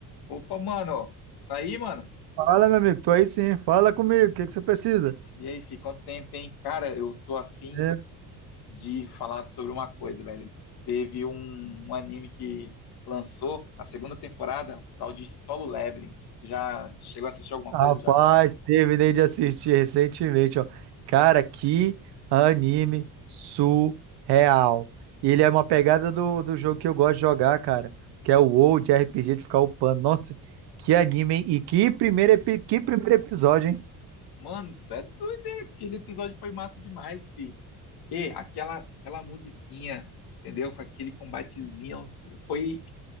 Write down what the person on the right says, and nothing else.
Fala, meu amigo, tô aí sim. Fala comigo, o que que você precisa?
É.
Rapaz,
terminei de assistir recentemente, ó. Cara, que anime surreal. E Ele é uma pegada do, do jogo que eu gosto de jogar, cara, que é o WoW de RPG de ficar upando. Nossa, que anime, hein? E que primeiro, epi- que primeiro episódio, hein?